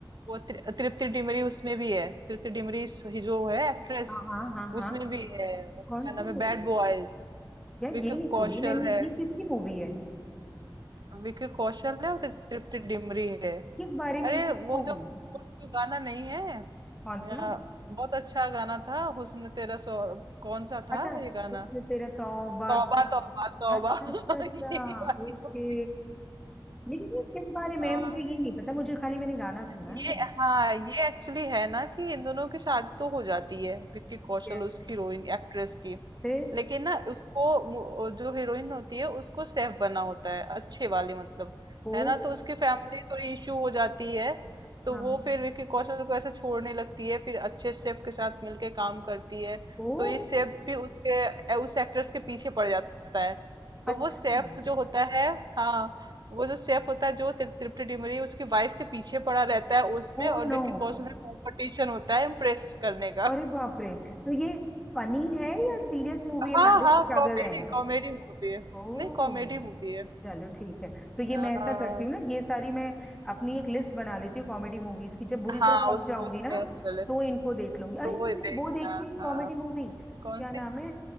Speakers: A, on the right; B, in the centre.
A: वो तृ- तृप्ति डिमरी उसमें भी है तृप्ति डिमरी ही जो है एक्ट्रेस
B: हाँ हाँ हाँ हाँ
A: उसमें भी है क्या
B: कौन
A: नाम
B: सी
A: है
B: है?
A: बैड बॉयज
B: यार
A: विकी
B: ये नहीं सुनी
A: कौशल
B: मैंने
A: है
B: ये किसकी मूवी है
A: विकी कौशल है और तृ- तृप्ति डिमरी है
B: किस बारे में
A: अरे
B: है
A: वो
B: मूवी
A: जो वो जो गाना नहीं है अ,
B: कौन सा
A: बहुत अच्छा गाना था हुस्न तेरा सौ कौन सा था
B: अच्छा
A: ये गाना
B: उसने तेरा तौबा
A: तौबा तौबा
B: अच्छा
A: तौबा <laughs>
B: अच्छा अच्छा
A: ये वाली
B: ओके
A: बात।
B: लेकिन ये किस बारे में
A: हाँ।
B: है मुझे ये नहीं पता मुझे खाली मैंने गाना सुना
A: ये
B: है वो
A: हाँ ये एक्चुअली है ना कि इन दोनों की शादी तो हो जाती है विक्की कौशल
B: ठीक है।
A: उस हीरोइन एक्ट्रेस की
B: फिर
A: लेकिन ना उसको मु- जो हीरोइन होती है उसको सेफ बना होता है अच्छे वाली मतलब
B: ओ
A: है ना तो उसकी फैमिली थोड़ी इश्यू हो जाती है तो
B: हाँ
A: वो फिर विक्की कौशल को ऐसे छोड़ने लगती है फिर अच्छे सेफ के साथ मिलके काम करती है
B: ओ
A: तो ये सेफ भी उसके उस एक्ट्रेस के पीछे पड़ जाता है तो
B: अच्छा
A: वो सेफ जो होता है हाँ वो जो शेफ होता है जो ति- तृप्ति डिमरी उसकी वाइफ के पीछे पड़ा रहता है उसमें
B: Oh
A: और
B: no
A: विक्की कौशल में कंपटीशन होता है इम्प्रेस करने का
B: अरे बाप रे तो ये फनी है या सीरियस मूवी है
A: हाँ
B: मैरिज
A: हाँ
B: स्ट्रगल
A: कॉमेडी
B: है
A: कॉमेडी मूवी है
B: ओ
A: नहीं कॉमेडी मूवी है
B: चलो ठीक है तो ये
A: हाँ
B: मैं ऐसा करती हूँ ना ये सारी मैं अपनी एक लिस्ट बना लेती हूँ कॉमेडी मूवीज की जब बुरी
A: हाँ
B: तरह पक
A: उसमें
B: जाऊंगी
A: उसमें
B: ना
A: उसमें ले-
B: तो इनको देख लूंगी अरे
A: तो वो
B: तुमने
A: देखना
B: वो देखी है
A: हाँ
B: कॉमेडी मूवी क्या
A: कौन सी
B: नाम है